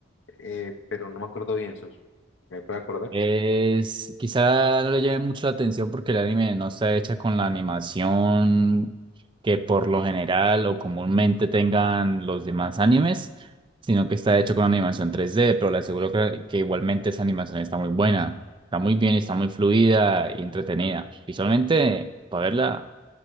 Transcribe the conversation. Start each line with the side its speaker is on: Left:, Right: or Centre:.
Left: eh, pero no me acuerdo bien, socio. ¿Me puede acordar?
Right: Es, quizá no le llame mucho la atención porque el anime no está hecha con la animación que por lo general o comúnmente tengan los demás animes, sino que está hecho con animación 3D, pero le aseguro que, que igualmente esa animación está muy buena, está muy bien, está muy fluida y entretenida. Visualmente, para verla,